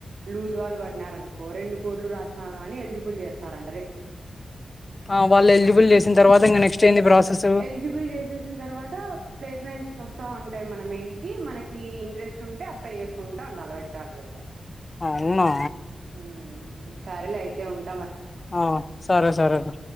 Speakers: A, on the right; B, on the left.
A: లూజ్ వాళ్ళు ప రానుకో రెండు కోడ్లు రాసిన గానీ ఎలిజిబుల్ చేస్తారంటా
B: ఆ వాళ్ళు ఎలిజిబుల్ చేసిన తర్వాత ఇంకా నెక్స్ట్ ఏంది ప్రాసెస్.
A: ఎలిజిబుల్ చేసేసిన తర్వాత ప్లేస్మెంట్స్ వస్తా ఉంటాయి మన మెయిల్ కి మనకి ఇంట్రెస్ట్ ఉంటే అప్లై చేస్ ఉంటా ఉండాలి వెకటార్ దగ్గర
B: అవునా
A: ఊ సరేలే అయితే ఉం
B: ఆ సరే సరే లె.